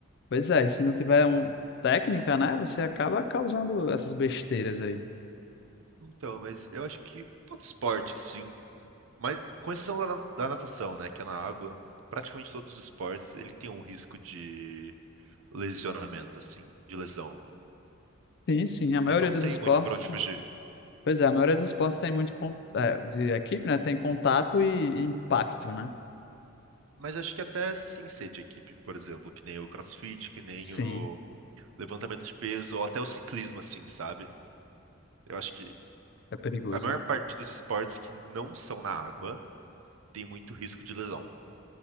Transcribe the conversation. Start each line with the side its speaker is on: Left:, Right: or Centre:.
Left: Pois é, e se não tiver um técnica, né, você acaba causando essas besteiras aí.
Right: Então, mas eu acho que todo esporte, assim, mas com exceção da, na- da natação, né? Que é na água, praticamente todos os esportes, ele tem um risco de lesionamento, assim, de lesão.
Left: Sim, sim, a maioria
Right: E não
Left: dos
Right: tem
Left: esportes...
Right: muito pra onde fugir.
Left: Pois é, a maioria dos esportes tem muito... con- é, de equipe, né, tem contato e, e impacto, né?
Right: Mas acho que até sem ser de equipe, por exemplo, que nem o CrossFit, que nem
Left: Sim,
Right: o levantamento de peso, ou até o ciclismo, assim, sabe? Eu acho que
Left: é, é perigoso,
Right: a maior
Left: né?
Right: parte dos esportes que não são na água tem muito risco de lesão.